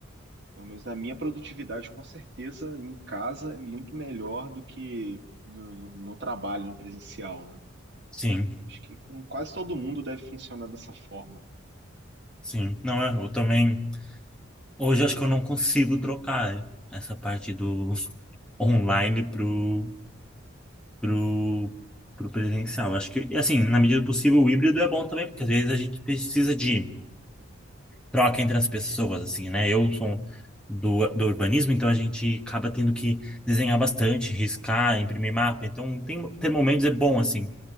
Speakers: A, on the right; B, in the centre.
A: Pelo menos a minha produtividade, com certeza, em casa é muito melhor do que no, no trabalho, no presencial, né?
B: sim,
A: Acho que com quase todo mundo deve funcionar dessa forma.
B: sim. Não, é, eu também. Hoje eu acho que eu não consigo trocar essa parte do online pro, pro, pro presencial. Acho que, assim, na medida do possível, o híbrido é bom também, porque às vezes a gente precisa de troca entre as pessoas, assim, né? Eu sou do, do urbanismo, então a gente acaba tendo que desenhar bastante, riscar, imprimir mapa. Então, tem, ter momentos é bom, assim.